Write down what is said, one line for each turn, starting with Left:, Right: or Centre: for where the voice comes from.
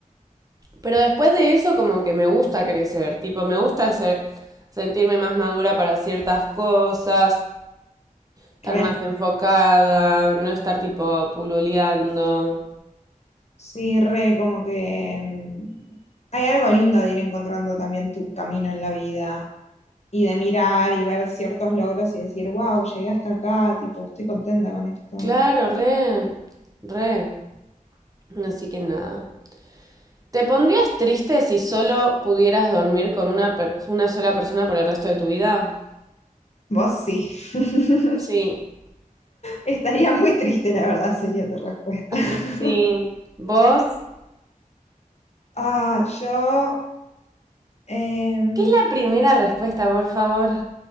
Right: Pero después de eso como que me gusta crecer, tipo, me gusta ser- sentirme más madura para ciertas cosas, Estar
Left: re.
Right: más enfocada, no estar tipo pululeando.
Left: Sí, re, como que mm, hay algo lindo de ir encontrando también tu camino en la vida y de mirar y ver ciertos logros y decir, wow, llegué hasta acá, tipo, estoy contenta con esto.
Right: Claro, re, re. Así que nada. ¿Te pondrías triste si solo pudieras dormir con una, per- una sola persona por el resto de tu vida?
Left: Vos sí. <laughs>
Right: Sí.
Left: Estaría muy triste, la verdad, sería tu respuesta.
Right: Ay,
Left: <laughs>
Right: sí. ¿Vos?
Left: Ah, yo... em,
Right: ¿Qué es la primera respuesta, por favor?